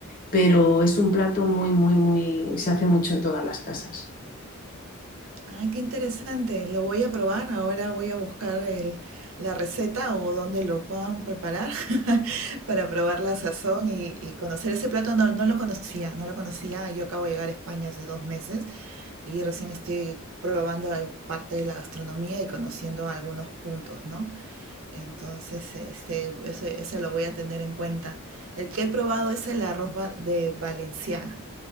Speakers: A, on the left; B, on the right.
A: Pero es un plato muy, muy, muy, se hace mucho en todas las casas.
B: Ay, qué interesante. Lo voy a probar. Ahora voy a buscar el- la receta o donde lo puedan preparar <laughs> para probar la sazón y, y conocer ese plato. No, no lo conocía, no lo conocía. Yo acabo de llegar a España hace dos meses y recién estoy probando al- parte de la gastronomía y conociendo algunos puntos, ¿no? Entonces, este, eso, eso lo voy a tener en cuenta. El que he probado es el arroz va- de Valenciaga